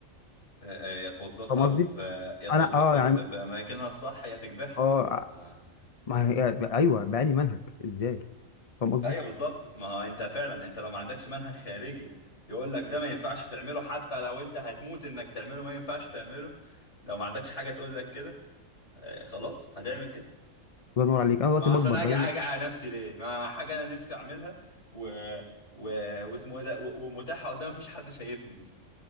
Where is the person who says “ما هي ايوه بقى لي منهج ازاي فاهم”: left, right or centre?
Left